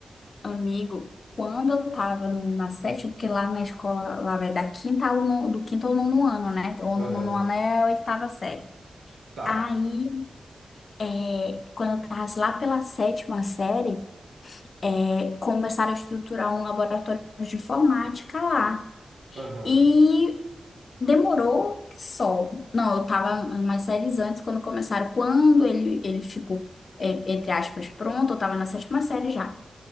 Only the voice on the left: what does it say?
Amigo, quando eu tava no- na sétima, porque lá na escola, lá vai da quinta ao nono, do quinto ao nono ano, né? Ou
no nono ano é a oitava série.
Aí, é, quando eu tava lá pela sétima série, é, começaram a estruturar um laboratório de informática lá.
E Demorou que só. Não, eu tava umas séries antes quando começaram. Quando ele, ele ficou, é, entre aspas, pronto, eu tava na sétima série já.